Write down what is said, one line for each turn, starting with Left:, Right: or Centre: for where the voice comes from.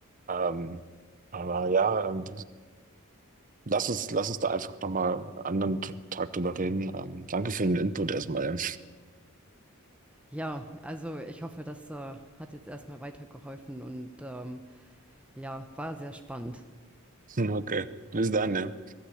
Right: Ähm, aber ja, ähm, lass uns, lass uns da einfach nochmal einen anderen Tag drüber reden. Ähm, danke für den Input erstmal.
Centre: Ja, also ich hoffe, das äh, hat jetzt erstmal weitergeholfen und ähm, ja, war sehr spannend.
Right: <laughs> Okay, bis dann, ja.